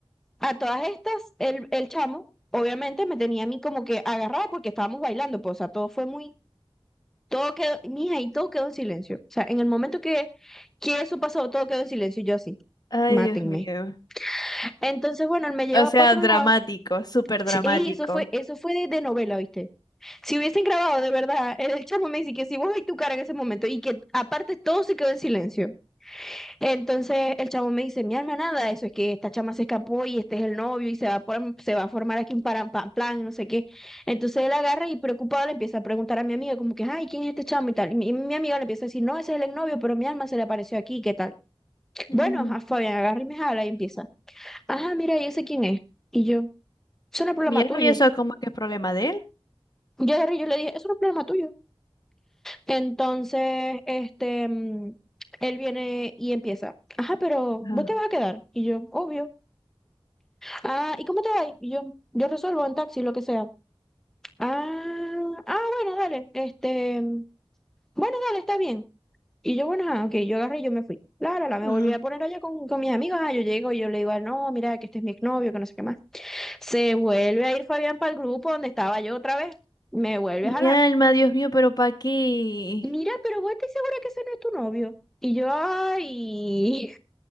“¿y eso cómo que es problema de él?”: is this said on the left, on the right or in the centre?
Left